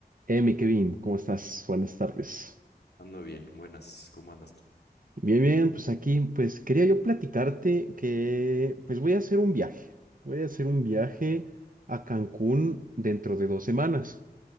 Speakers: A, on the right; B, on the left.
A: Eh, mi Kevin, ¿cómo estás? Buenas tardes.
B: Ando bien, buenas, ¿cómo andas tú?
A: Bien, bien, pues aquí, pues quería yo platicarte que, pues voy a hacer un viaje. Voy a hacer un viaje a Cancún dentro de dos semanas.